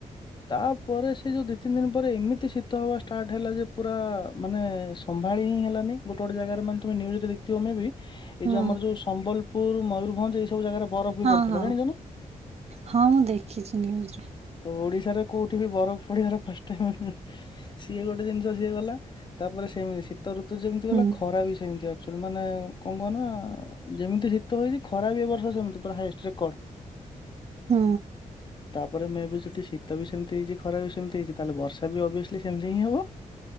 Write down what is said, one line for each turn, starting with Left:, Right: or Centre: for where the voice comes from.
Left: ତାପରେ ସେ ଯୋଉ ଦି ତିନି ଦିନି ପରେ ଏମିତି ଶୀତ ହବା ଷ୍ଟାର୍ଟ ହେଲା ଯେ ପୁରା ମାନେ ସମ୍ଭାଳି ହିଁ ହେଲାନି ଗୋଟେ ଗୋଟେ ଜାଗାରେ ମାନେତମେ ନ୍ୟୁଜରେ ଦେଖି ମେ ବି ଏଇ
Right: ହୁଁ
Left: ଯଉ ଆମର ଯୋଉ ସମ୍ବଲପୁର ମୟୂରଭଞ୍ଜ ଏଇ ସବୁ ଜାଗାରେ ବରଫ ବି
Right: ହଁ
Left: ପଡିଥିଲା
Right: ହଁ
Left: ଜାଣିଛ ନା?
Right: ହଁ ମୁଁ ଦେଖିଛି ନ୍ୟୁଜରେ
Left: ତ ଓଡିଶାରେ କୋଉଠି ବି ବରଫ ପଡିବାର ଫାଷ୍ଟ ଟାଇମ ସିଏ ଗୋଟେ ଜିନିଷ ସିଏ ଗଲା। ତାପରେ ସେମିତି ଶୀତ ଋତୁ ଯେମିତି
Right: ହୁଁ
Left: ଗଲା ଖରା ବି ସେମିତି ଆ ଶୁଣୁ ମାନେ କଣ କହନା ଯେମିତି ଶୀତ ହେଇଛି ଖରା ବି ଏ ବର୍ଷ ସେମିତି ପୁରା ହାଇଏଷ୍ଟ ରେକର୍ଡ।
Right: ହୁଁ।
Left: ତାପରେ ମେ ବି ସେଠି ଶୀତ ବି ସେମତି ହେଇଛି ଖରା ବି ସେମିତି ହେଇଛି ତାହେଲେ ବର୍ଷା ବି ଅବିଅସ୍ଲି ସେମିତି ହିଁ ହବ।